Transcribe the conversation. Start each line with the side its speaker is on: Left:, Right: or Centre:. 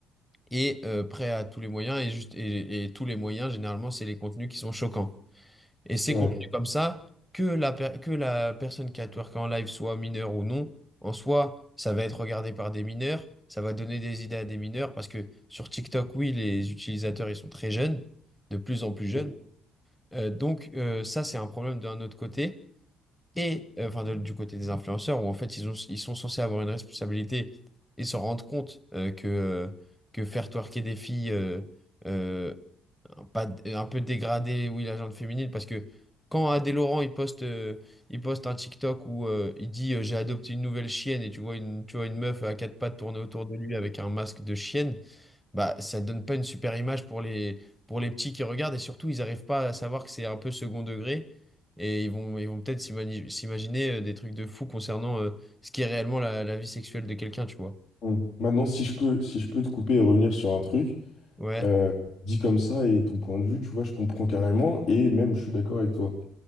Centre: et euh, prêt à tous les moyens. Et, juste, et, et tous les moyens, généralement, c'est les contenus qui sont choquants. Et c'est
Left: Ouais.
Centre: contenu comme ça, que la, per- que la personne qui a twerké en live soit mineure ou non, en soi, ça va être regardé par des mineurs, ça va donner des idées à des mineurs, parce que sur TikTok, oui, les utilisateurs, ils sont très jeunes, de plus en plus jeunes.
Left: Mm.
Centre: Euh, donc euh, ça, c'est un problème d'un autre côté, et euh, enfin de- du côté des influenceurs, où en fait, ils ont, ils sont censés avoir une responsabilité et se rendre compte euh, que, euh, que faire twerker des filles... euh, euh, pas d- un peu dégradé, oui, la gente féminine, parce que quand Adé Laurent il poste, euh, il poste un TikTok où euh, il dit euh, j'ai adopté une nouvelle chienne et tu vois une, tu vois une meuf à quatre pattes tourner autour de lui avec un masque de chienne, bah ça donne pas une super image pour les, pour les petits qui regardent et surtout ils arrivent pas à savoir que c'est un peu second degré et ils vont, ils vont peut-être s'imani- s'imaginer euh, des trucs de fou concernant euh, ce qui est réellement la, la vie sexuelle de quelqu'un, tu vois.
Left: Mm. Maintenant, si je peux, si je peux te couper et revenir sur un truc,
Centre: Ouais,
Left: euh, dit comme ça et ton point de vue, tu vois, je comprends carrément et même je suis d'accord avec toi.